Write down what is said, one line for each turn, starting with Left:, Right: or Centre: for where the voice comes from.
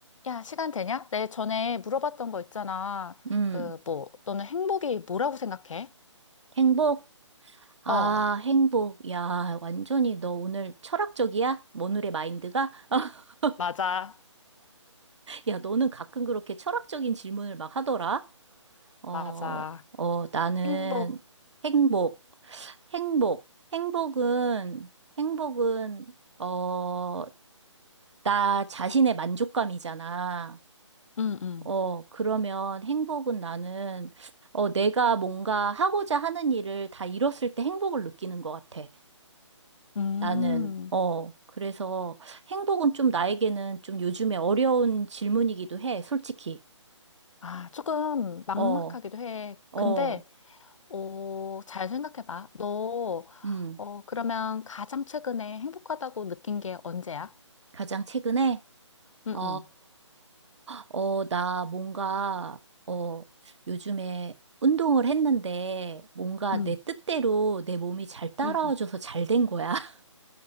Left: 야, 시간 되냐? 내 전에 물어봤던 거 있잖아.
Right: 음,
Left: 그, 뭐, 너는 행복이 뭐라고 생각해?
Right: 행복? 아,
Left: 어,
Right: 행복. 야, 완전히 너 오늘 철학적이야? 오늘의 마인드가? <laughs>
Left: 맞아,
Right: 야, 너는 가끔 그렇게 철학적인 질문을 막 하더라? 어,
Left: 맞아.
Right: 어, 나는
Left: 행복.
Right: 행복, 행복, 행복은, 행복은, 어, 나 자신의 만족감이잖아.
Left: 응, 응.
Right: 어, 그러면 행복은 나는, 어, 내가 뭔가 하고자 하는 일을 다 이뤘을 때 행복을 느끼는 것 같아.
Left: 음,
Right: 나는, 어, 그래서 행복은 좀 나에게는 좀 요즘에 어려운 질문이기도 해, 솔직히.
Left: 아, 조금 막막하기도
Right: 어,
Left: 해.
Right: 어,
Left: 근데, 어, 잘 생각해봐. 너,
Right: 음,
Left: 어, 그러면 가장 최근에 행복하다고 느낀 게 언제야?
Right: 가장 최근에,
Left: 응,
Right: 어,
Left: 응.
Right: 어, 나 뭔가, 어, 요즘에 운동을 했는데 뭔가
Left: 응,
Right: 내 뜻대로 내 몸이 잘 따라와줘서
Left: 응, 응.
Right: 잘 된 거야. <laughs>